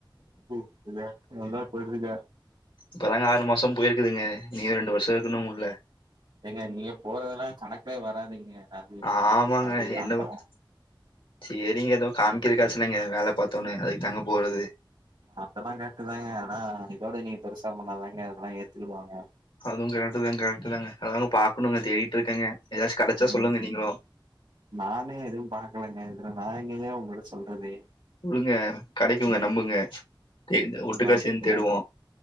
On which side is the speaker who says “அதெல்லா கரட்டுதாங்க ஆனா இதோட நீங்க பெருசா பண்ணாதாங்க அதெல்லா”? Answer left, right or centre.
Right